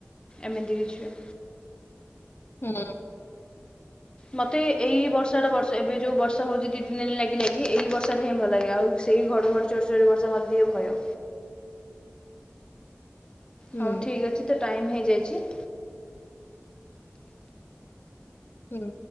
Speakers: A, on the left; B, on the left.
A: ଏମିତି କିଛି।
B: ହୁଁ।
A: ମତେ ଏ ଏଇ ବର୍ଷା ଟା ବର୍ଷ ଏବେ ଯୋଉ ବର୍ଷା ହଉଚି ଦି ତିନି ଦିନି ଲାଗି ଲାଗି ଏଇ ବର୍ଷା ଟା ହିଁ ଭଲ ଲାଗେ ଆଉ ସେଇ ଘଡଘଡି ଚଡଚଡି ବର୍ଷା ମତେ ଟିକେ ଭୟ।
B: ହୁଁ
A: ହଉ ଠିକ୍ ଅଛି ତ ଟାଇମ ହେଇଯାଇଚି।
B: ହୁଁ।